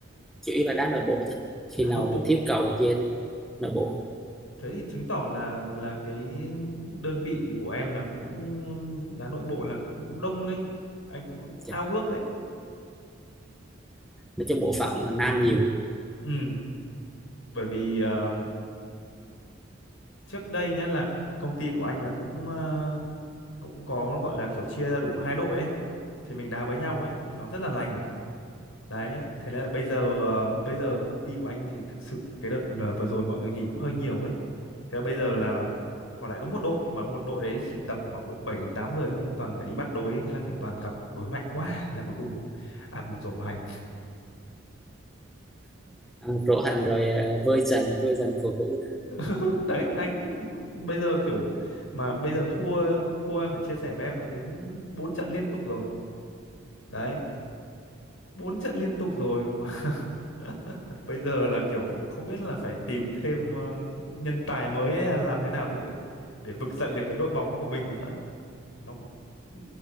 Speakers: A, in the centre; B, on the left.
A: chủ yếu là đá nội bộ thôi khi
B: Đá
A: nào
B: nội bộ
A: mà thiếu cầu kia thì nội bộ
B: thế thì chứng tỏ là là cái đơn vị của em là cũng đá nội bộ là cũng đông đấy anh cũng
A: Chà,
B: ao ước đấy
A: nói chung bộ phận là nam nhiều
B: ừ bởi vì ờ, trước đây nhá là công ty của anh là cũng ờ, cũng có gọi là kiểu chia ra đủ hai đội ấy thì mình đá với nhau ấy thì nó rất là lành Đấy, thế nên là bây giờ ờ, bây giờ công ty của anh thì thực sự cái đợt ờ, vừa rồi mọi người nghỉ cũng hơi nhiều ấy. Thế là bây giờ là còn lại đúng một đội mà một đội đấy chỉ tầm khoảng độ 7 đến 8 người thôi, toàn phải đi bắt đối ấy. Thế là kiểu toàn gặp đối mạnh quá, thế là cuối cùng ăn một rổ hành.
A: ăn một rổ hành rồi ờ, vơi dần vơi dần cầu thủ nè.
B: <laughs> Đấy, anh cũng bây giờ kiểu mà bây giờ thua thua em phải chia sẻ với em là đến 4 trận liên tục rồi. Đấy, 4 trận liên tục rồi mà <laughs> bây giờ là kiểu không biết là phải tìm thêm ờ, nhân tài mới hay là làm thế nào để để vực dậy được cái đội bóng của mình nữa nó cũng ừ,